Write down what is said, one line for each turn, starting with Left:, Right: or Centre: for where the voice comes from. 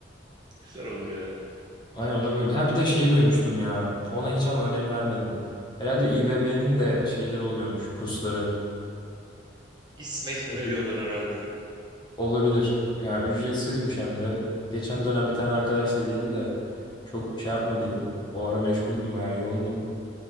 Right: Güzel olur ya.
Left: Aynen ona
Right: Keyifli
Left: böyle. Ha bir de şeyi duymuştum ya ona hiç ama önem vermedim. Herhalde İBB'nin de şeyleri oluyormuş kursları.
Right: İsmek mi
Left: Ücre-
Right: ne diyorlar herhalde.
Left: Olabilir yani ücretsizmiş hem de. Geçen dönem bir tane arkadaş dediydi de çok şey yapmadıydım. O ara meşguldüm bayağı yoğundum.